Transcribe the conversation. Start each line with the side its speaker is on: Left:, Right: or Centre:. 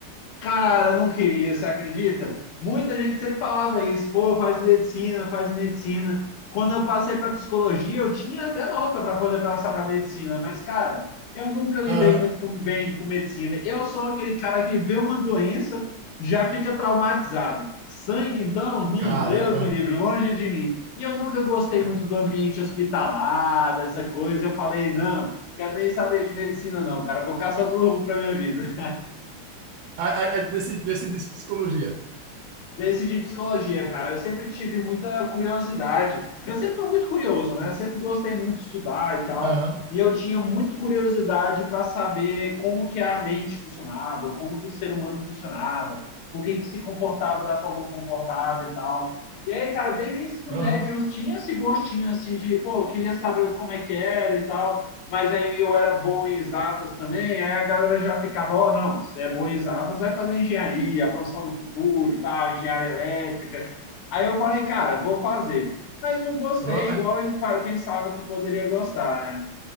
Left: Cara, não queria, você acredita? Muita gente sempre falava isso, pô, faz medicina, faz medicina. Quando eu passei para psicologia, eu tinha até nota para poder passar para medicina, mas, cara, eu nunca lidei
Right: Aham.
Left: muito com, bem com medicina. Eu sou aquele cara que vê uma doença, já fica traumatizado. Sangue, então, hum,
Right: Caramba.
Left: Deus me livre, longe de mim. E eu nunca gostei muito do ambiente hospitalar, dessa coisa. Eu falei, não, quero nem saber de medicina, não, cara, vou caçar outro rumo para minha vida.
Right: A- a- a- Desse, desse, desse psicologia.
Left: desse de psicologia, cara. Eu sempre tive muita curiosidade. Eu sempre fui muito curioso, né? sempre gostei muito de estudar e tal.
Right: Aham.
Left: E eu tinha muito curiosidade para saber como que a mente funcionava, como que o ser humano funcionava, por que que se comportava da forma que comportava e tal. E aí, cara, desde o ensino
Right: Aham.
Left: médio eu tinha esse gostinho assim de, pô, eu queria saber como é que era e tal mas aí eu era bom em exatas também, aí a galera já ficava, ó, oh, não, você é bom em exatas, vai fazer engenharia, a profissão do futuro e tal, engenharia elétrica. Aí eu falei, cara, vou fazer. Mas não gostei,
Right: Ó,
Left: igual
Right: a-
Left: eu pensava que poderia gostar, né?